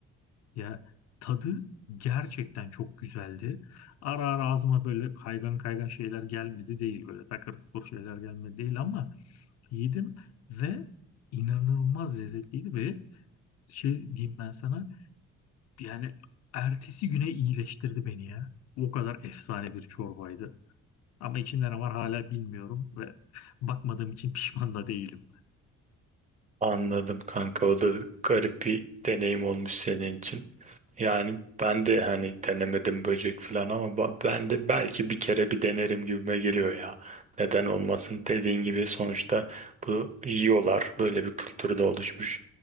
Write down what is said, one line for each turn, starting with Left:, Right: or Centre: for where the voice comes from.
Left: Ya tadı gerçekten çok güzeldi. Ara ara ağzıma böyle kaygan kaygan şeyler gelmedi değil. Böyle takır tukur şeyler gelmedi değil ama yedim ve inanılmaz lezzetliydi ve şey diyeyim ben sana Yani ertesi güne iyileştirdi beni ya. O kadar efsane bir çorbaydı. Ama içinde ne var hala bilmiyorum ve bakmadığım için <laughs> pişman da değilim.
Right: Anladım kanka. O da garip bir deneyim olmuş senin için. Yani ben de hani denemedim böcek filan ama ba- ben de belki bir kere bir denerim gibime geliyor ya. Neden olmasın? Dediğin gibi sonuçta bu yiyorlar. Böyle bir kültürde oluşmuş